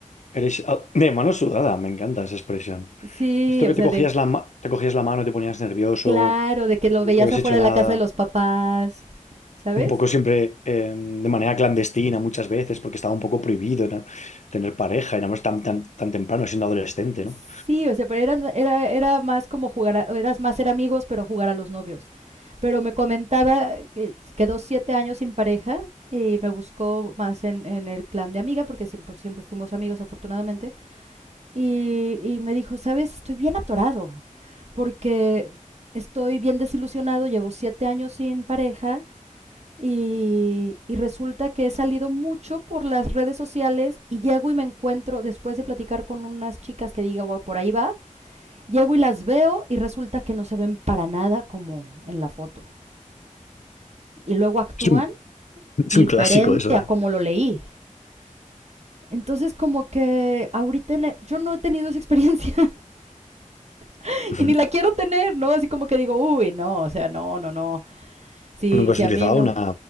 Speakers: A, on the left (about 60°); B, on the right (about 55°).
A: eres ah, de mano sudada, me encanta esa expresión.
B: Sí,
A: Esto que
B: o sea,
A: te cogías
B: de
A: la, ma- te cogías la mano y te ponías nervioso,
B: claro, de que los
A: nunca
B: veías
A: habías
B: afuera
A: hecho
B: de
A: nada.
B: la casa de los papás, ¿sabes?
A: un poco siempre eh, de manera clandestina muchas veces, porque estaba un poco prohibido ¿no? tener pareja, éramos tan, tan, tan temprano siendo adolescente, ¿no?
B: Sí, o sea, pero eran, era, era más como jugar, a- eras más ser amigos, pero jugar a los novios. Pero me comentaba que quedó siete años sin pareja y me buscó más en, en el plan de amiga, porque siempre, siempre fuimos amigos, afortunadamente. Y, y me dijo, ¿sabes? Estoy bien atorado, porque estoy bien desilusionado, llevo siete años sin pareja Y, y resulta que he salido mucho por las redes sociales y llego y me encuentro, después de platicar con unas chicas que digo, "Wow, por ahí va, llego y las veo y resulta que no se ven para nada como en la foto. Y luego actúan
A: Es un,
B: diferente
A: es un clásico eso.
B: a
A: ¿eh?
B: como lo leí. Entonces como que ahorita e- yo no he tenido esa experiencia <laughs>
A: Ujú.
B: y ni la quiero tener, ¿no? Así como que digo, uy, no, o sea, no, no, no, sí,
A: ¿Nunca has
B: sí
A: utilizado
B: a mí no.
A: una,